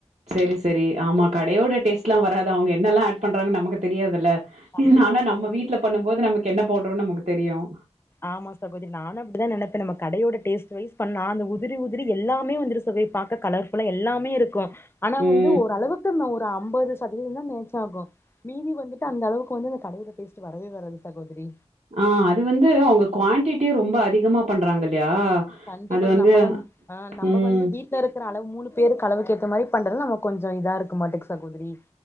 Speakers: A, on the right; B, on the left.
A: சரி சரி ஆமா கடையோட டேஸ்ட்லாம் வராது அவுங்க என்னெல்லாம் ஆட் பண்றாங்கன்னு நமக்கு தெரியாதுல்ல
B: கண்டிப்பா
A: ஆனா
B: சகோதரி
A: நம்ம வீட்ல பண்ணும் போது நமக்கு என்ன போடுறோம்ன்னு நமக்கு தெரியும்
B: ஆமா சகோதரி நானு அப்டிதா நெனப்ப நம்ம கடையோட டேஸ்ட் வைஸ் பண்ண அந்த உதிரி உதிரி எல்லாமே வந்துரு <unintelligible> பாக்க கலர்ஃபுல்லா எல்லாமே இருக்கும் ஆனா
A: ம்.
B: வந்து ஓரளவுக் க்கு ஒரு அம்பது சதவீதம் தான் மேட்ச் ஆகும் மீதி வந்துட்டு அந்த அளவுக்கு வந்து இந்த கடையோட டேஸ்ட் வரவே வராது சகோதரி
A: ஆஹ் அது வந்து அவுங்க குவான்டிட்டி ரொம்ப அதிகமா பண்றாங்க இல்லையா
B: கண்டிப்பா
A: அது வந்து
B: நம்ப வந் ஆஹ் நம்ப
A: ம்
B: வந்து வீட்ல இருக்குற அளவு மூணு பேருக்கு அளவுக்கு ஏத்த மாரி பண்றது நமுக்கு கொஞ்சோ இதா இருக்கு மாட்டேகு சகோதரி